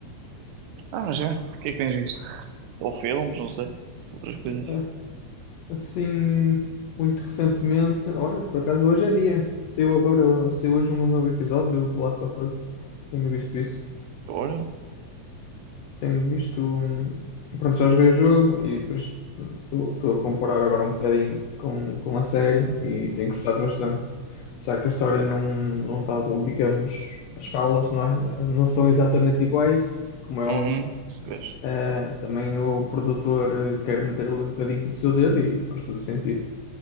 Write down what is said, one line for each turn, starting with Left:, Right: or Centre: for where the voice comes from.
Right: Ah, mas já, o que é que tens visto? Ou filmes, não sei, outras coisas.
Left: Ah, Assim, muito recentemente. Olha, por acaso, hoje é dia. Saiu agora, saiu hoje um novo episódio do The Last of Us. Tenho visto isso.
Right: Ora,
Left: Tenho visto. hum, Pronto, já joguei o jogo e depois estou a comparar agora um bocadinho com, com a série e tenho gostado bastante. Apesar que a história não, não está, digamos, as falas, não é? Não são exatamente iguais, como é
Right: uhum,
Left: óbvio.
Right: pois,
Left: Eh, também o produtor eh, quer meter ali um bocadinho do seu dedo e faz todo sentido.